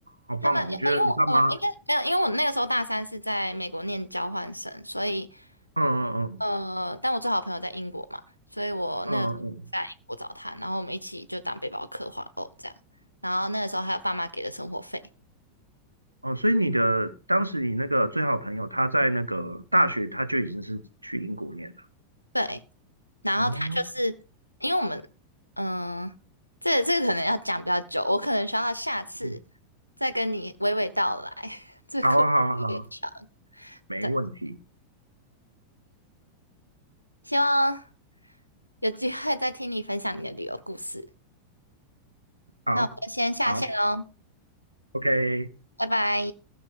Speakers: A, on the right; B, on the left.
A: 好棒哦！
B: 他们呃，
A: 我觉得你爸妈
B: 因为我呃，应该没有，因为我那个时候大三是在美国念交换生，所以
A: 嗯嗯
B: 呃，但我最好的朋友在英国嘛，所以我那个时候在英国找他，
A: 嗯嗯嗯
B: 然后我们一起就当背包客环欧这样。然后那个时候还有爸妈给的生活费，
A: 哦，所以你的当时你那个最好朋友，他在那个大学他就已经是去英国念了。
B: 对。然后他就是
A: 哦，
B: 因为我们，嗯、这个这个可能要讲比较久，我可能需要下次
A: 嗯，
B: 再跟你娓娓道来，<laughs> 这个故事有点长。
A: 好啊，好啊，好啊，没问题，
B: 对。希望有机会再听你分享你的旅游故事。
A: 好，
B: 那我就先下线喽，
A: 好，OK，
B: 拜拜。